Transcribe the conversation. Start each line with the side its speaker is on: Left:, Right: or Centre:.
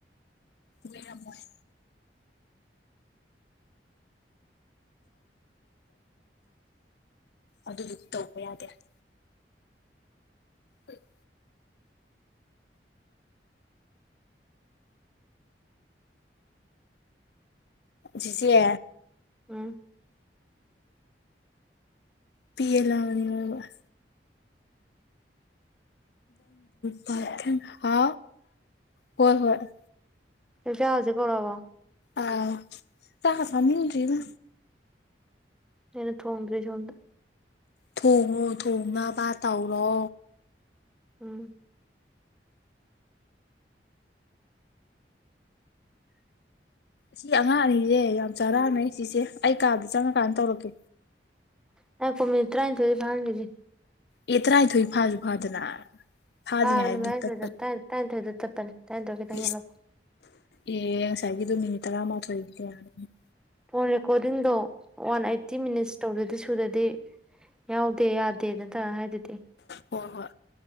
Left: ꯂꯩꯔꯝꯃꯣꯢ ꯑꯗꯨꯗꯤ ꯇꯧꯕ ꯌꯥꯗꯦ <inaudible> ꯍ <inaudible> ꯆꯤꯆꯦ
Centre: ꯎꯝ
Left: ꯄꯤꯌꯦ ꯂꯥꯛꯕꯅꯤꯉꯕ <inaudible> ꯄ ꯍꯥ ꯍꯣꯏ ꯍꯣꯏ <inaudible>
Centre: ꯆꯥꯛ ꯆꯥꯔꯨꯔꯁꯦ ꯀꯧꯔꯛꯑꯕꯣ
Left: ꯑꯧ ꯆꯥꯛꯀ ꯆꯥꯅꯤꯡꯗ꯭ꯔꯤꯗꯥ
Centre: ꯑꯩꯅ ꯊꯣꯡꯗ꯭ꯔꯤ ꯁꯣꯝꯗ
Left: ꯊꯣꯡꯉꯣ ꯊꯣꯡꯅꯕꯥ ꯇꯧꯔꯣ
Centre: ꯎꯝ <inaudible>
Left: ꯁꯤ ꯑꯉꯥꯡ ꯑꯅꯤꯁꯦ ꯌꯥꯝ ꯆꯔꯥꯡꯅꯩ ꯆꯤꯆꯦ ꯑꯩ ꯀꯥꯗ ꯆꯪꯉꯀꯥꯟꯗ ꯇꯧꯔꯛꯀꯦ
Centre: ꯉꯥꯢꯈꯣ ꯃꯤꯠꯅꯤꯠ ꯇꯔꯥꯅꯤꯊꯣꯢꯗꯤ ꯐꯥꯍꯟꯈꯤꯁꯤ
Left: ꯑꯦ ꯇꯔꯥꯅꯤꯊꯣꯏ ꯐꯥꯁꯨ ꯐꯥꯗꯅ ꯐꯥꯗ꯭ꯔꯤꯉꯩꯗ
Centre: ꯐꯥꯕꯅꯦ
Left: ꯑꯗꯨꯝ
Centre: ꯃꯔꯊꯣꯏꯗ
Left: ꯇꯠꯄꯅꯤ
Centre: ꯇ ꯇꯔꯥꯊꯣꯏꯗ ꯆꯠꯄꯅꯤ ꯇꯔꯥꯊꯣꯏ
Left: ꯄ꯭ꯂꯤꯁ
Centre: ꯇꯪ ꯍꯦꯜꯂꯛꯑꯣ <inaudible>
Left: ꯑꯦ ꯉꯁꯥꯏꯒꯤꯗꯨ ꯃꯤꯅꯤꯠ ꯇꯔꯥꯃꯥꯊꯣꯏꯒꯤꯗꯤ ꯌꯥꯔꯅꯤ <inaudible>
Centre: ꯐꯣꯟ ꯔꯦꯀꯣꯔꯗꯤꯡꯗꯣ ꯋꯥꯟ ꯑꯩꯠꯇꯤ ꯃꯤꯅꯤꯠꯁ ꯇꯧꯗꯗꯤ ꯁꯨꯗꯗꯤ ꯌꯥꯎꯗꯦ ꯌꯥꯗꯦ ꯅꯠꯇ꯭ꯔꯥ ꯍꯥꯏꯗꯨꯗꯤ
Left: ꯍꯣꯏ ꯍꯣꯏ